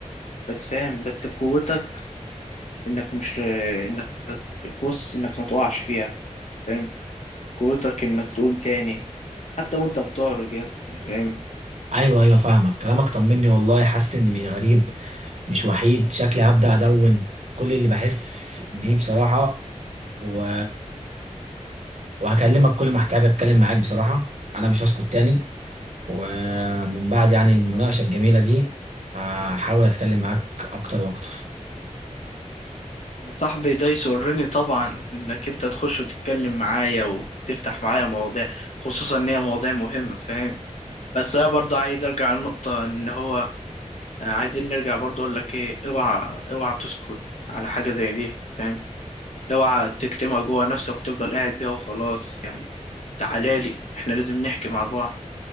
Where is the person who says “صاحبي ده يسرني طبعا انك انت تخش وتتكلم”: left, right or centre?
Left